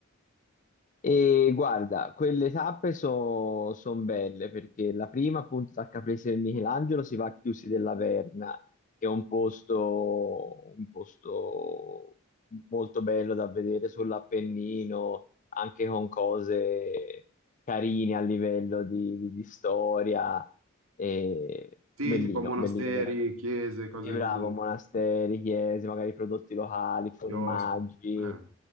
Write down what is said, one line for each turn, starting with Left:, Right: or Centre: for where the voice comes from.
Left: E guarda, quelle tappe sono belle perché la prima, appunto, da Caprese del Michelangelo si va a Chiusi della Verna, che è un posto, un posto molto bello da vedere sull'Appennino, anche con cose carine a livello di, di- di storia e bellino,
Right: Sì, tipo monasteri,
Left: bellino veramente.
Right: chiese, cose
Left: Sì, bravo,
Right: così,
Left: monasteri, chiese, magari prodotti locali, formaggi,
Right: chiostri. Eh.